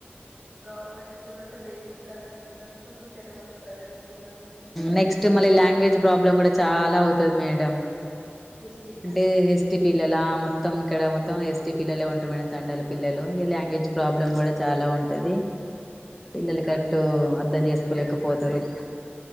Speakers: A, on the right (about 30°); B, in the centre.
A: గవర్నమెంట్ స్కూల్ అంటే బేసిక్ కరెక్ట్గా ఉండక కొంచెం తెలియదు ప్రైవేట్ స్కూల్ అనేది
B: నెక్స్ట్ మళ్ళీ లాంగ్వేజ్ ప్రాబ్లం కూడ చాలా అవుతది మేడం
A: ఎస్టీ పిల్లలకు
B: అంటే ఎస్టి పిల్లెల మత్ మొత్తం ఇక్కడ మొత్తం ఎస్టీ పిల్లలే ఉంటారు మేడం తండాల పిల్లలు ఇ లాంగ్వేజ్ ప్రాబ్లమ్ కూడ చాలా ఉంటుంది పిల్లలు కరెక్ట్ అర్థం చేసుకోలేకపోతరు